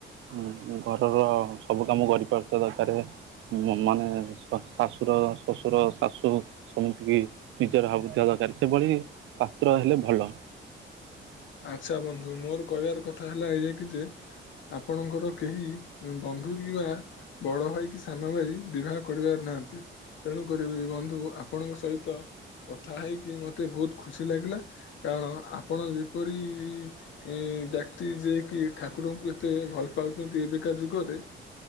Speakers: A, on the right; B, on the left.
A: ଉମ୍ ଘରର ସବୁ କାମ କରିପାରୁଥିବା ଦରକାରେ ମ-ମାନେ ଶ-ଶାଶୂ ଶ୍ୱଶୁର, ଶାଶୂ ସମତିକି ନିଜର ଭାବୁଥିବା ଦରକାର, ସେଭଳି ପାତ୍ର ହେଲେ ଭଲ।
B: ଆଚ୍ଛା ବନ୍ଧୁ। ମୋର କହିବାର କଥା ହେଲା ଏୟା କି ଯେ ଆପଣଙ୍କର କେହି ବନ୍ଧୁ କିମ୍ବା ବଡଭାଇ କି ସାନଭାଇ ବିବାହ କରିବାରେ ନାହାନ୍ତି। ତେଣୁକରି ବନ୍ଧୁ ଆପଣଙ୍କ ସହିତ କଥା ହେଇକି ମତେ ବହୁତ ଖୁସି ଲାଗିଲା କାରଣ ଆପଣ ଯେପରି ଏ ବ୍ୟକ୍ତି ଯିଏ କିି ଠାକୁରଙ୍କୁ ଏତେ ଭଲ ପାଉଛନ୍ତି ଏବେକା ଯୁଗରେ।